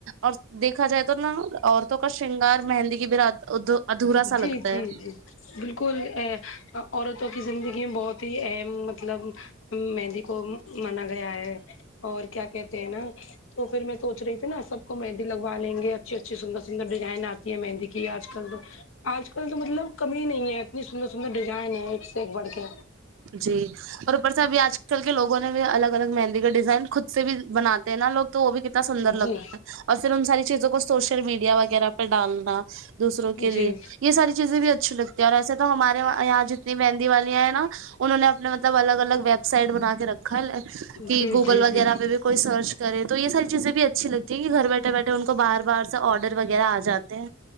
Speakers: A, on the right (about 65°); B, on the left (about 70°).
A: اور دیکھا جائے تو نا عورتوں کا شرنگار مہندی کی براد ہو تو ادھورا
B: جی
A: سا لگتا
B: جی
A: ہے
B: جی بالکل ا عورتوں کی زندگی میں بہت ہی اہم مطلب مہندی کو مانا گیا ہے اور کیا کہتے ہیں نا تو پھر میں سوچ رہی تھی نا سب کو مہندی لگوا لیں گے اچھی اچھی سندرسندر ڈیزائن آتی ہے مہندی کی آج کل تو آج کل تو مطلب کمی نہیں ہے اتنی سندر سندر ڈیزائن ہے ایک سے ایک بڑھ کے
A: جی اور اوپر سے ابھی آج کل کے لوگوں نے بھی الگ الگ مہندی کا ڈیزائن خود سے بھی بناتے ہیں نالوگ تو وہ بھی کتنا سندر
B: جی
A: لگتا ہے اور پھر ان ساری چیزوں کو سوشل میڈیا وغیرہ پے ڈالنا دوسروں کے
B: جی
A: لیے یے ساری چیزیں بھی اچھی لگتی ہے اور ایسے تو ہمارے وہاں اتنی مہندی والیاں ہیں نا انہوں نے اپنے مطلب الگ الگ ویب سائٹ بنا کے رکھا ہے لے کی
B: جی
A: گوگل
B: جی
A: وغیرہ
B: جی
A: پے بھی کوئی سرچ کرے تو یے ساری چیزیں بھی اچھی لگتی ہیں کی گھر بیٹھے بیٹھے ان کو باہر باہر سے آڈر وغیرہ آ جاتے ہیں